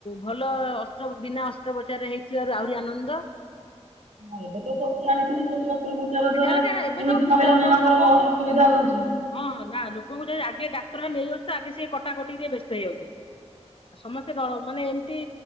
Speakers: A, on the left; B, on the right.
A: ଭଲ ଅସ୍ତ୍ର ବିନା ଅସ୍ତ୍ରୋପଚାର ରେ ହେଇଥିବାରୁ ଆହୁରି ଆନନ୍ଦ।
B: ଆଉ ଏବେ ତ ସବୁ ଜାଣି ଥିବେ ସବୁ। ଅସ୍ତ୍ରୋପଚାର
A: ଆ
B: ଦ୍ଵାରା
A: ଯାହାହେଲେ କାରଣ
B: କେମିତି
A: ଏବେ ତ ପିଲା
B: ମହିଳା ମାନଙ୍କର
A: ଯୋଉ ଲୋକଙ୍କୁ
B: ଅସୁବିଧା ହଉଛି।
A: ହଁ ହଁ ନା ଲୋକଙ୍କୁ ଯଦି ଆଗେ ଡାକ୍ତରଖାନା ନେଇ ଯାଉଛ ତ ଆଗେ ସିଏ କଟାକଟିରେ ବ୍ୟସ୍ତ ହେଇଯାଉଛନ୍ତି। ସମସ୍ତେ ନ ମାନେ ଏମିତି।